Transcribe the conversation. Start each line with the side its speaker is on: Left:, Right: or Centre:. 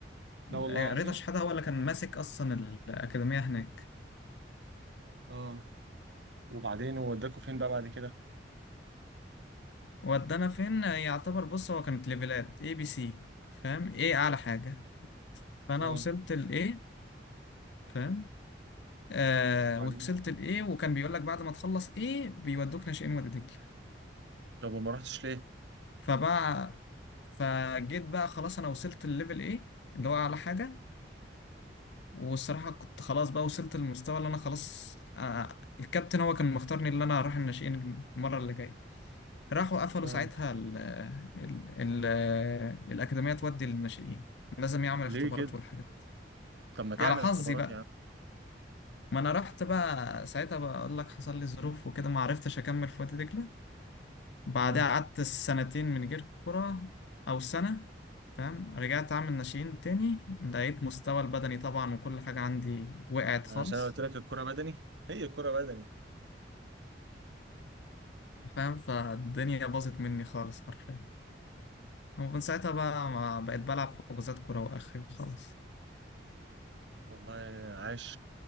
Right: ده والله
Left: رضا
Right: العظيم
Left: شحاته هو اللي كان ماسك اصلا الاكاديميه هناك
Right: اه وبعدين هو وداكوا فين بقى بعد كده
Left: فودانا فين يعتبر بص هو كانت ليفلات اي بي سي فاهم ايه اعلى حاجه فانا
Right: اه
Left: وصلت الاي فاهم آه
Right: وبعدين
Left: وصلت الاي وكان بيقول لك بعد ما تخلص ايه بيودوك ناشئين وادي دجله
Right: طب وما رحتش ليه
Left: فبقى فجيت بقى خلاص انا وصلت الليفل ايه اللي هو اعلى حاجه والصراحة كنت خلاص بقى وصلت للمستوى اللي أنا خلاص آه الكابتن هو كان مختارني اللي أنا أروح الناشئين المرة اللي جاية راحوا قفلوا
Right: اه
Left: ساعتها ال ال ال الأكاديمية تودي للناشئين لازم يعمل
Right: ليه
Left: اختبارات
Right: كده
Left: والحاجات
Right: طب ما تعمل
Left: على حظي
Right: اختبارات
Left: بقى
Right: يا عم
Left: ما أنا رحت بقى ساعتها بقول لك حصل لي ظروف وكده ما عرفتش أكمل في وادي دجلة بعدها
Right: امم
Left: قعدت سنتين من غير كرة أو سنة فاهم رجعت أعمل ناشئين تاني لقيت مستوى البدني طبعا وكل حاجة عندي وقعت خالص
Right: عشان أنا قلت لك الكرة بدني هي الكرة بدني
Left: فاهم فالدنيا باظت مني خالص حرفيا ومن ساعتها بقى ما بقيت بلعب حجوزات كورة وآخري خالص
Right: والله عاش